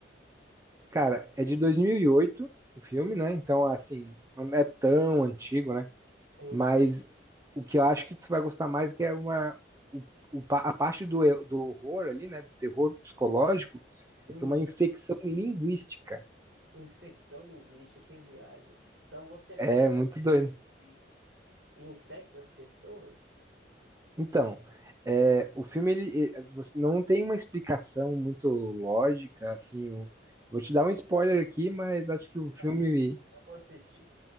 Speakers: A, on the right; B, on the right.
A: cara, é de 2008, o filme,
B: Uhum.
A: né? Então, assim, não é tão antigo, né?
B: Sim,
A: Mas
B: sim.
A: o que eu acho que você vai gostar mais é que é uma o, o pa- a parte do, e- do horror ali, né, do terror psicológico,
B: Hum,
A: é que é uma infecção linguística.
B: infecção linguística, que viagem. Então você faz
A: É muito doido.
B: coisas e e infecta as pessoas?
A: Então, é, o filme ele, eh, você não tem uma explicação muito lógica, assim. o- vou te dar um spoiler aqui, mas acho
B: Então
A: que
B: não
A: o filme.
B: dá, não. Eu vou assistir.